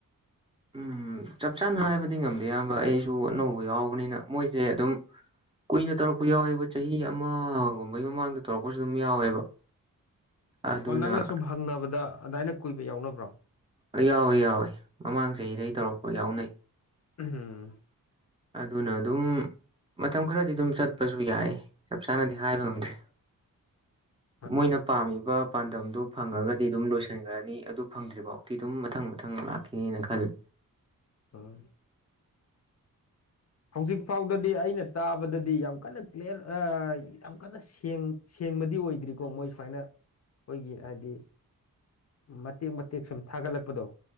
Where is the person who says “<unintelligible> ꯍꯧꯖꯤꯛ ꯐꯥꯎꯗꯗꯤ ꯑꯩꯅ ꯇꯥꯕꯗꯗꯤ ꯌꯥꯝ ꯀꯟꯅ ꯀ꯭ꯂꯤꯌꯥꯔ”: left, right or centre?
Left